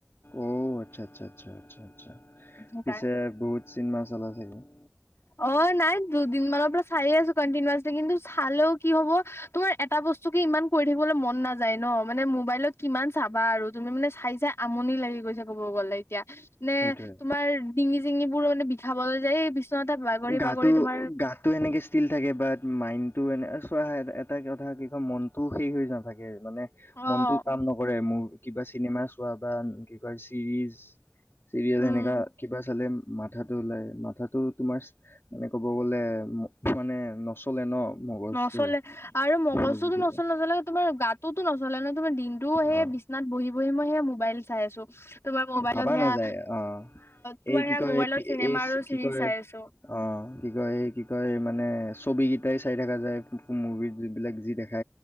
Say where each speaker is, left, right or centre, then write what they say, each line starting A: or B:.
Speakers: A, on the left (about 65°); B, on the left (about 80°).
A: অ আচ্ছা আচ্ছা আচ্ছা আচ্ছা
B: উম
A: পিছে বহুত চিনেমা চালা ছাগে অ <inaudible>
B: অ নাই দুদিনমানৰ পৰা চাই আছো কণ্টিনিৱাচলি। কিন্তু চালেও কি হব তোমাৰ এটা বস্তু কি ইমান কৰি থাকিবলৈ মন নাযায় ন মানে মোবাইলত কিমান চাবা আৰু তুমি মানে চাই চাই আমনি লাগি গৈছে ক'ব গ'লে। এতিয়া নে
A: সেইটোৱে।
B: তোমাৰ ডিঙি জিঙি মানে বিষাবলৈ যায় বিচনাতে বাগৰি
A: গাটো
B: বাগৰি তোমাৰ
A: গাতটো এনেকে ষ্টীল থাকে বাট মাইনতটো এনে চোৱা এটা কথা কি কয় মনতোও শেষ হৈ নাথাকে মানে
B: অ
A: মনটো কাম নকৰে মোৰ কিবা চিনেমা চোৱা বা কি কয় চিৰিজ চিৰিয়েল
B: উম
A: এনেকা কিবা চালে মাথাটো ওলাই মাথাটো তোমাৰ মানে ক'ব গ'লে মানে নচলে ন মগজটো
B: নচলে আৰু মগজতো
A: মগজুটো
B: নচলে নচলে তোমাৰ গাতোতো নচ হলে ন দিনটো সেই
A: অ
B: বিচনাত বহি বহি মই সেই মোবাইল চাই আছো তোমাৰ মোবাইলত
A: ভাবা
B: সেয়া
A: নাযায় অ
B: তোমাৰ
A: এই কি
B: সেয়া
A: কয়
B: মোবাইলত চিনেমা
A: এই
B: আৰু
A: কি
B: চিৰিজ
A: কয়
B: চাই আছো
A: অ কি কয় এই কি কয় মানে মানে ছবি কেইটাই চাই থকা যায়। মুভিত যিবিলাক যি দেখা